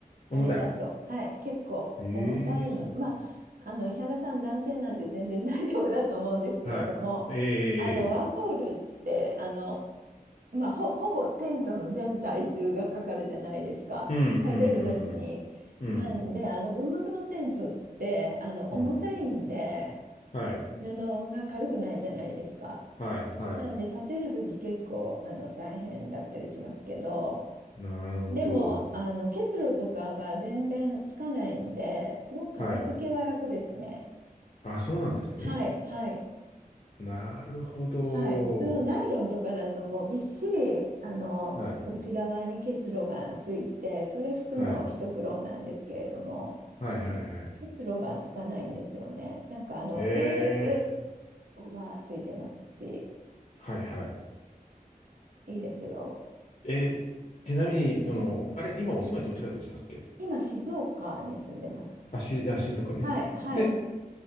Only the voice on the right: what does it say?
あれだと。
はい、結構重たいので、
まあ、あの、井原さん男性なんで全然大丈夫だと思うんですけれども、
あの、ワンポールって、
あの、まあ、ほ、ほぼテントの全体重がかかるじゃないですか、
立てるときに。
なんで、あの軍幕のテントってあの重たいんで、
布が軽くないじゃないですか。
なんで立てるとき結構あの大変だったりしますけど、
でもあの結露とかが全然つかないんで、すごく片付けは楽ですね。
はい、はい、
はい。普通のナイロンとかだともうびっしりあの内側に結露がついて、
それ拭くの一苦労なんですけれども、
結露がつかないんですよね。なんかあの上に上
がついてますし、
いいですよ。
今静岡に住んでます。
はい、はい。